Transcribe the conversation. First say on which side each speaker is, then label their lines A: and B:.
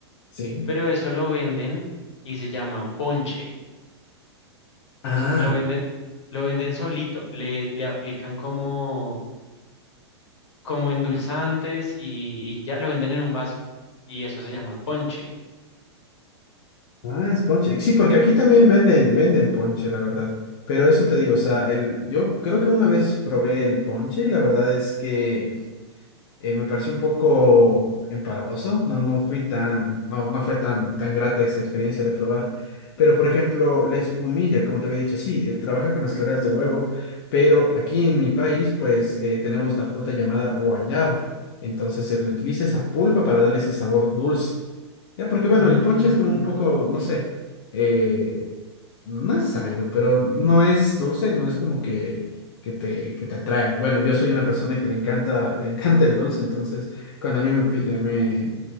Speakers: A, on the left; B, on the left.
A: Sí.
B: Pero eso lo venden y se llama ponche.
A: Ah,
B: O sea, lo venden, lo venden solito, le, le aplican como, como endulzantes y, y ya lo venden en un vaso. Y eso se llama ponche.
A: ah, es ponche. Sí, porque aquí también venden, venden ponche, la verdad. Pero eso te digo, o sea, el, yo creo que una vez probé el ponche y la verdad es que eh, me pareció un poco empalagoso, no, no fui tan, no, no fue tan, tan grata esa experiencia de probar. Pero, por ejemplo, la espumilla, como te había dicho, sí, eh, trabaja con las claras de huevo, pero aquí en mi país, pues, eh, tenemos la fruta llamada guayaba. Entonces, se le utiliza esa pulpa para darle ese sabor dulce. Ya, porque bueno,
B: Mm,
A: el ponche es como un poco, no sé, eh, no es agrio, pero no es dulce, no es como que, que te, que te atrae. Bueno, yo soy una persona que le encanta, <laughs> le encanta el dulce, entonces cuando a mí me, pi- eh, me,